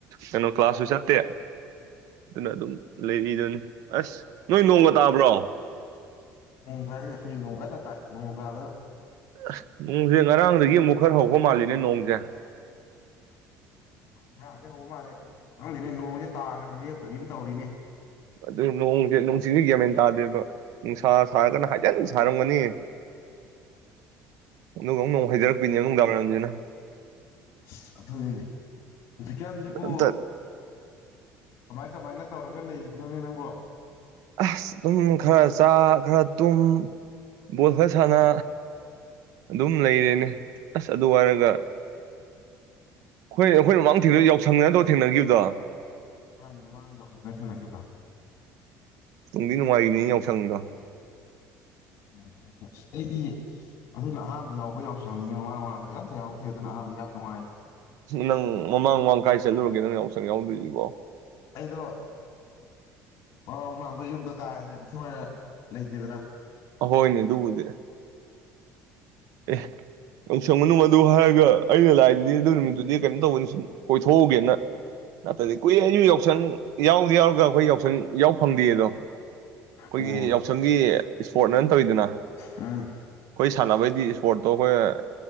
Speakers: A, on the right; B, on the left.
A: ꯀꯩꯅꯣ ꯀ꯭ꯂꯥꯁꯁꯨ ꯆꯠꯇꯦ ꯑꯗꯨꯅ ꯑꯗꯨꯝ ꯂꯩꯔꯤꯗꯨꯅꯤ ꯑꯁ ꯅꯣꯏ ꯅꯣꯡꯒ ꯇꯥꯕ꯭ꯔꯣ
B: ꯅꯣꯡ ꯇꯥꯏ ꯑꯩꯈꯣꯏ ꯅꯣꯡ <unintelligible> ꯇꯥꯏ ꯅꯣꯡ ꯇꯥꯗꯅ
A: ꯑꯁ ꯅꯣꯡꯁꯦ ꯉꯔꯥꯡꯗꯒꯤ ꯑꯃꯨꯛ ꯈꯔ ꯍꯧꯕ ꯃꯥꯜꯂꯤꯅꯦ ꯅꯣꯡꯁꯦ
B: ꯉꯔꯥꯡꯗꯩ ꯍꯧꯕ ꯃꯥꯜꯂꯦ ꯈꯪꯗꯦꯅꯦ ꯅꯣꯡꯁꯦ ꯇꯥꯈ꯭ꯔꯗꯤ ꯂꯦꯞꯇꯕꯤ ꯑꯃ ꯇꯧꯔꯤꯅꯦ
A: ꯑꯗꯨ ꯅꯣꯡꯁꯦ ꯅꯣꯡꯁꯤꯡꯁꯦ ꯒꯌꯥꯃꯦꯟ ꯇꯥꯗꯦꯕ ꯅꯨꯡꯁꯥ ꯁꯒꯅ ꯍꯥꯏ ꯀꯟ ꯁꯥꯔꯝꯒꯅꯤ ꯑꯗꯨꯒ ꯑꯃꯨ ꯍꯩꯊꯔꯛꯄꯤꯅꯦ ꯅꯨꯡꯗꯥꯡ ꯋꯥꯏꯔꯝꯁꯤꯅ
B: ꯑꯁ ꯑꯗꯨꯅꯤꯅꯦ ꯍꯧꯖꯤꯛꯀꯥꯟꯁꯤꯕꯨ
A: ꯑꯝꯇ
B: ꯀꯃꯥꯏ ꯀꯃꯥꯏꯅ ꯇꯧꯔꯒ ꯂꯩꯔꯤ ꯅꯣꯅꯤ ꯅꯪꯕꯣ
A: ꯑꯁ ꯑꯗꯨꯝ ꯈꯔ ꯆꯥ ꯈꯔ ꯇꯨꯝ ꯕꯣꯜ ꯈꯔ ꯁꯥꯟꯅ ꯑꯗꯨꯝ ꯂꯩꯔꯦꯅꯦ ꯑꯁ ꯑꯗꯨ ꯍꯥꯏꯔꯒ ꯈꯣꯏ ꯑꯩꯈꯣꯏꯅ ꯃꯃꯥꯡ ꯊꯦꯡꯅꯥ ꯌꯥꯎꯁꯪ ꯅꯠꯇꯣ ꯊꯦꯡꯅꯒꯤꯕꯗꯣ
B: ꯍꯥꯏꯅꯤ ꯃꯃꯥꯡ ꯌꯥꯎꯁꯪꯗ ꯊꯦꯡꯅꯒꯤꯕꯗꯣ
A: ꯅꯨꯡꯗꯤ ꯅꯨꯉꯥꯏꯒꯤꯕꯅꯤ ꯌꯥꯎꯁꯪꯗꯣ
B: ꯎꯝꯁ ꯑꯩꯗꯤ ꯑꯗꯨꯅ ꯑꯍꯥꯟꯕ ꯌꯥꯎꯕ ꯌꯥꯎꯁꯪꯅꯤꯅꯦ ꯃꯃꯥꯡ ꯃꯃꯥꯡꯗ ꯑꯝꯇ ꯌꯥꯎꯔꯛꯇꯦ ꯑꯗꯨꯅ ꯑꯍꯥꯟꯕꯗ ꯌꯥꯝ ꯅꯨꯡꯉꯥꯏꯒꯤ
A: ꯅꯪ ꯃꯃꯥꯡ ꯃꯃꯥꯡ ꯀꯥꯏ ꯆꯠꯂꯨꯔꯒꯦ ꯅꯪ ꯌꯥꯎꯁꯪ ꯌꯥꯎꯗ꯭ꯔꯤꯖꯤꯕꯣ
B: ꯑꯩꯗꯣ ꯃꯃ ꯃꯃꯥꯡ ꯃꯃꯥꯡꯗꯣ ꯌꯨꯝꯗ ꯀꯥꯍꯦꯟꯅ ꯏꯟꯊꯤꯅꯨꯉꯥꯏꯅ ꯂꯩꯇꯦꯗ꯭ꯅꯥ
A: ꯑꯍꯣꯏꯅꯦ ꯑꯗꯨꯕꯨꯗꯤ ꯑꯦ ꯌꯥꯎꯁꯪ ꯃꯅꯨꯡ ꯑꯗꯨ ꯍꯥꯏꯔꯒ ꯑꯩꯅ ꯂꯥꯏꯏꯗꯨꯗꯤ ꯑꯗꯨ ꯅꯨꯃꯤꯠꯇꯨꯗꯤ ꯀꯩꯅꯣ ꯇꯧꯕꯅꯤ ꯀꯣꯏꯊꯣꯛꯎꯒꯦꯅ ꯑꯗꯤ ꯀꯨꯏꯔꯦ ꯑꯩꯁꯨ ꯌꯥꯎꯁꯪ ꯌꯥꯎꯗꯤ ꯌꯥꯎꯔꯒ ꯑꯩꯈꯣꯏ ꯌꯥꯎꯁꯪ ꯌꯥꯎ ꯐꯪꯗꯦꯌꯦ ꯑꯗꯣ ꯑꯩꯈꯣꯏꯒꯤ
B: ꯑꯣ
A: ꯌꯥꯎꯁꯪꯒꯤ ꯏꯁ꯭ꯐꯣꯔꯠꯟ ꯇꯧꯏꯗꯅ
B: ꯎꯝ
A: ꯀꯣꯏꯁ ꯁꯥꯟꯅꯕꯩꯗꯤ ꯏꯁꯄꯣꯔꯠꯇꯣ ꯑꯩꯈꯣꯏ